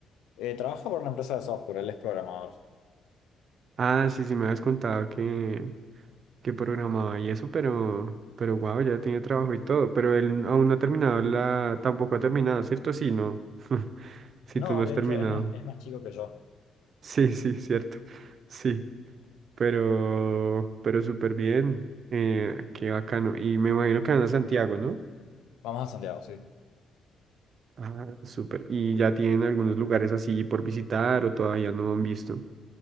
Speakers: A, on the left; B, on the right.
A: Eh, trabaja por una empresa de software, él es programador.
B: Ah, sí, sí me habías contado que, que programaba y eso, pero, pero wow, ya tiene trabajo y todo. Pero él aún no ha terminado la, tampoco ha terminado, ¿cierto? Sí, no. <laughs> Si
A: No,
B: tú no has
A: de
B: terminado.
A: hecho, es más, es más chico que yo.
B: Sí, sí, cierto. Sí. Pero, pero súper bien. Eh, qué bacano. Y me imagino que van a Santiago, ¿no?
A: Vamos a Santiago, sí.
B: Ah, súper. ¿Y ya tienen algunos lugares así por visitar o todavía no han visto?